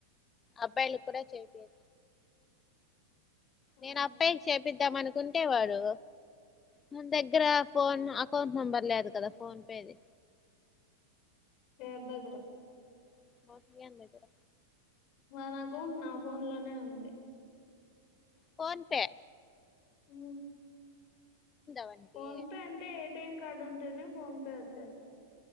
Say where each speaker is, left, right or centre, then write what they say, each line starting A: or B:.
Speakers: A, on the left (about 20°); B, on the left (about 50°).
A: అబ్బాయిలు కూడ చేపియో నేను
B: అది
A: అబ్బాయికి చేపిద్దాం అనుకుంటే వాడు నా దగ్గర ఫోన్ అకౌంట్ నంబర్ లేదు కదా ఫోన్ పేది
B: ఎవర్ దగరా
A: వంశీ గాని దగ్గర
B: మన అకౌంట్ నా ఫౌన్లోనే ఉంది.
A: ఫోన్పే
B: ఊ
A: వానికి
B: ఫోన్ పే అంటే ఏటి కడుంటేనే ఫోన్ పే వచ్చే